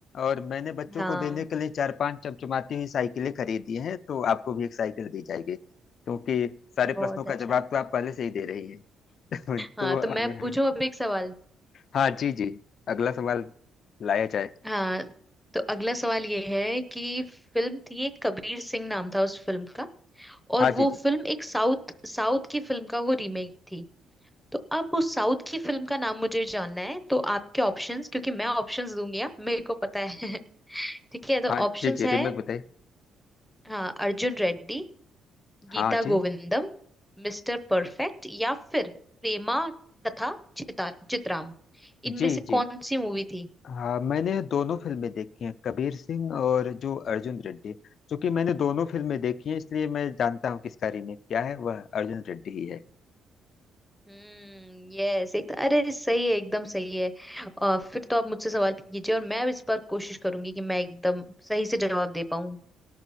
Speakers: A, on the left; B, in the centre.
A: और मैंने बच्चों
B: हाँ
A: को देने के लिए चार पांच चमचमाती हुई साइकिलें खरीदी हैं तो आपको भी एक साइकिल दी जाएगी क्योंकि सारे
B: बहुत
A: प्रश्नों का
B: अच्छा
A: जवाब
B: <laughs>
A: तो आप पहले से ही दे रही हैं <laughs>
B: हाँ
A: तो अब-
B: तो मैं पूछूं अब एक सवाल
A: हाँ जी जी अगला सवाल लाया जाए
B: हाँ तो अगला सवाल ये है कि फिल्म थी एक कबीर सिंह नाम था उस फिल्म का और
A: हाँ
B: वो
A: जी जी
B: फिल्म एक साउथ साउथ की फिल्म का वो रीमेक थी तो अब उस साउथ की फिल्म का नाम मुझे जानना है तो आपके ऑप्शंस क्योंकि मैं ऑप्शंस दूंगी हाँ, मेरे को पता है <laughs> ठीक है तो
A: हाँ
B: ऑप्शंस
A: जी जी
B: है
A: रिमेक बताइए
B: हाँ अर्जुन रेड्डी गीता
A: हाँ जी
B: गोविंदम मिस्टर परफेक्ट या फिर प्रेमा तथा चिता चित्राम इनमें
A: जी
B: से
A: जी
B: कौन सी मूवी थी
A: हाँ मैंने दोनों फिल्में देखी हैं कबीर सिंह और जो अर्जुन रेड्डी क्योंकि मैंने दोनों फिल्में देखी हैं इसलिए मैं जानता हूँ किसका रीमेक क्या है वह अर्जुन रेड्डी ही है
B: हम्म यस एक तो, अरे सही है एकदम सही है और फिर तो आप मुझसे सवाल कीजिए और मैं अब इस बार कोशिश करूंगी कि मैं एकदम सही से जवाब दे पाऊं